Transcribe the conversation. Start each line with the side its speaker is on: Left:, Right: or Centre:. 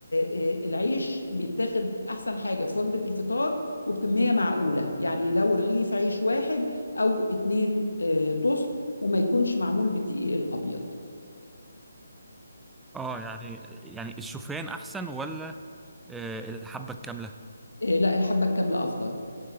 Left: آه، العيش بيتاخد أحسن حاجة في وجبة الفطار وبكمية معقولة يعني لو رغيف عيش واحد أو اتنين آه، توست وما يكونش معمول بالدقيق الأبيض
Centre: اه يعني يعني الشوفان احسن ولا آه، الحبة الكاملة
Left: آه، لا الحبة الكاملة أفضل